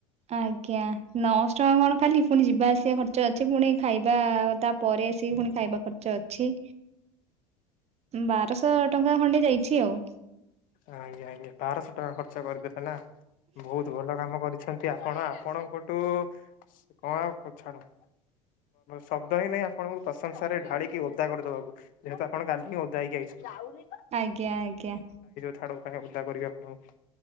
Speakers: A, on the right; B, on the left.
A: ଆଜ୍ଞା ନଅଶହ ଟଙ୍କା କଣ ଖାଲି ପୁଣି ଯିବା ଆସିବା ଖର୍ଚ୍ଚ ଅଛି ପୁଣି ଖାଇବା ଆ ତା ପରେ ଆସିକି ପୁଣି ଖାଇବା ଖର୍ଚ୍ଚ ଅଛି। ବାରଶହ ଟଙ୍କା ଖଣ୍ଡେ ଯାଇଛି ଆଉ।
B: ଆଜ୍ଞା ଆଜ୍ଞା ବାରଶ ଟଙ୍କା ଖର୍ଚ୍ଚ କରିଦେଲେ ନା ବହୁତ ଭଲ କାମ କରି ଛନ୍ତି ଆପଣ ଆପଣଙ୍କଠୁ କଣ ପଛାଡ଼ ଶବ୍ଦ ହିଁ ନାହିଁ ଆପଣଙ୍କୁ ପ୍ରଶଂସାରେ ଢାଳିକି ଓଦା କରିଦବାକୁ। ଯେହେତୁ ଆପଣ କାଲି ହିଁ ଓଦା ହେଇକି ଆଇଛନ୍ତି।
A: ଆଜ୍ଞା ଆଜ୍ଞା।
B: ଛାଡ଼ନ୍ତୁ କାହିଁକି ଉଦା କରିବି ଆପଣଂକୁ।